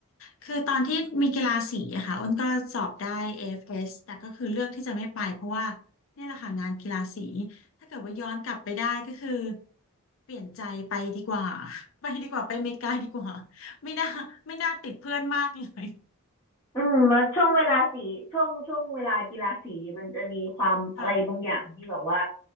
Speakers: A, on the left (about 60°); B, on the left (about 20°).
A: คือตอนที่มีกีฬาสีอะค่ะอ้นก็สอบได้เอ s แต่ก็คือเลือกที่จะไม่ไปเพราะว่าเนี่ยแหละค่ะงานกีฬาสีถ้าเกิดว่าย้อนกลับไปได้ก็คือเปลี่ยนใจไปดีกว่า <laughs> ไปดีกว่าไปอเมริกาดีกว่าไม่น่าไม่น่าติดเพื่อนมากเลย
B: อืมแช่วงเวลาสีช่วงช่วงเวลากีฬาสีมันจะมีความอะไรบางอย่างที่แบบว่า
A: ค่ะ